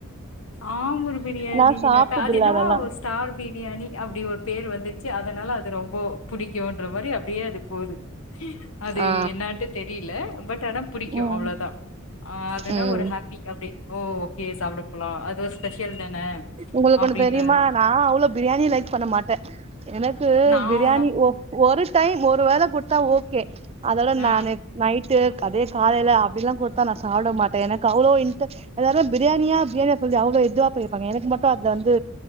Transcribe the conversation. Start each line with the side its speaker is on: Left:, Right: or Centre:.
Left: ஆம்பூர் பிரியாணி
Right: நா
Left: <unintelligible>
Right: சாப்ட்டதில்ல
Left: அது என்னவோ
Right: அதெல்லா
Left: ஸ்டார் பிரியாணி அப்டி ஒரு பேர் வந்துச்சு அதனால அது ரொம்ப புடிக்குன்ற மாரி அப்டியே அது ஒரு அது
Right: ஆ
Left: என்னாட்டு தெரில பட் அனா புடிக்கு
Right: ம்
Left: அவ்ளோதா ஆ அதுனா
Right: ம்
Left: ஒரு ஹாப்பி அப்டி ஓ ஓகே சாப்ட போலா அது ஒரு ஸ்பெஷல் தான
Right: உங்ளுக்கு
Left: அப்டின்றதுனு
Right: ஒன்னு தெரிமா நா அவ்ளோ பிரியாணி லைக் பண்ண மாட்டே எனக்கு
Left: நான்லா
Right: பிரியாணி ஓ ஒரு டைம் ஒரு வேள குடுத்தா ஓகே அதலா
Left: ஆ
Right: நா நைட்டு அதே காலைல அப்டிலா குடுத்தா நா சாப்ட மாட்டே எனக்கு அவ்ளோ இன்ட எல்லாரு பிரியாணியா பிரியாணியா சொல்லி அவ்ளோ இதுவா இருப்பாங்க எனக்கு மட்டு அதுல வந்து